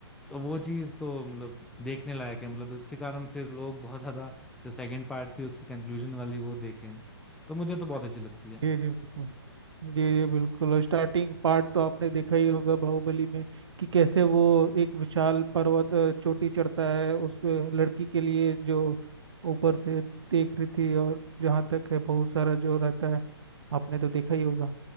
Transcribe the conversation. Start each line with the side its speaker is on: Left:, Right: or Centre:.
Centre: तो वो चीज तो मतलब देखने लायक है मतलब इसके कारण फिर लोग बहुत ज्यादा जो सेकंड पार्ट थी उसकी कंक्लूजन वाली वो देखे हैं तो मुझे तो बहुत अच्छी लगती है
Right: जी जी बिल्कुल जी जी बिल्कुल और स्टार्टिंग पार्ट तो आपने देखा ही होगा बाहुबली में कि कैसे वो एक विशाल पर्वत अ, चोटी चढ़ता है उस अ, लड़की के लिए जो ऊपर से देख रही थी और जहाँ तक है बहुत सारा जो रहता है आपने तो देखा ही होगा